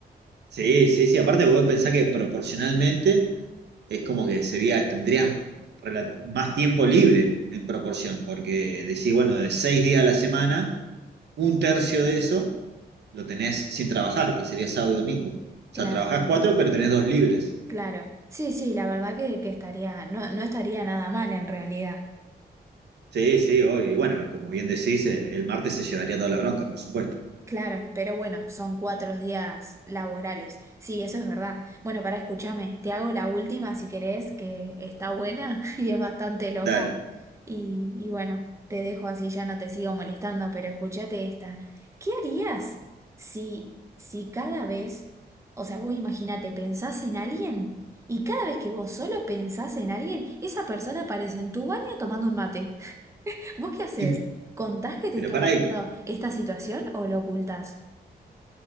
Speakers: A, on the right; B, on the right.
A: Sí, sí, sí. Aparte, vos pensás que proporcionalmente es como que sería, tendrías rela- más tiempo libre en proporción, porque decís, bueno, de seis días a la semana, un tercio de eso lo tenés sin trabajar, que sería sábado y domingo. O
B: Claro.
A: sea, trabajás cuatro, pero tenés dos libres.
B: Claro. Sí, sí, la verdad que, que estaría, no, no estaría nada mal en realidad.
A: Sí, sí, obvio. Y bueno, como bien decís, eh, el martes se llevaría toda la bronca, por supuesto.
B: Claro, pero bueno, son cuatro días laborales. Sí, eso es verdad. Bueno, para escúchame, te hago la última si querés, que está buena <laughs> y es bastante loca.
A: Dale.
B: Y, y bueno, te dejo así, ya no te sigo molestando, pero escúchate esta. ¿Qué harías si, si cada vez, o sea, vos imagínate, pensás en alguien y cada vez que vos solo pensás en alguien, esa persona aparece en tu baño tomando un mate? <laughs> ¿Vos qué haces?
A: Y-
B: ¿Contás que te
A: pero
B: está
A: pará,
B: pasando
A: y-
B: esta situación o lo ocultás?